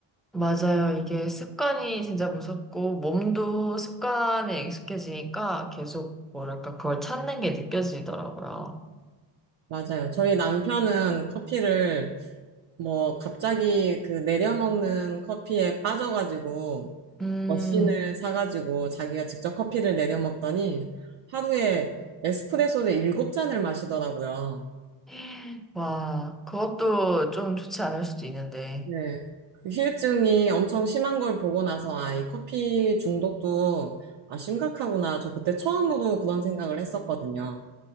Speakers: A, in the centre; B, on the right.
A: 맞아요. 이게 습관이 진짜 무섭고, 몸도 습관에 익숙해지니까 계속, 뭐랄까, 그걸 찾는 게 느껴지더라고요.
B: 맞아요. 저희 남편은 커피를 뭐 갑자기 그 내려먹는 커피에 빠져가지고
A: 음,
B: 머신을 사가지고 자기가 직접 커피를 내려먹더니 하루에 에스프레소를 일곱 잔을 마시더라고요.
A: <gasps> 와, 그것도 좀 좋지 않을 수도 있는데.
B: 네. 그 후유증이 엄청 심한 걸 보고 나서 아, 이 커피 중독도 아, 심각하구나. 저 그때 처음으로 그런 생각을 했었거든요.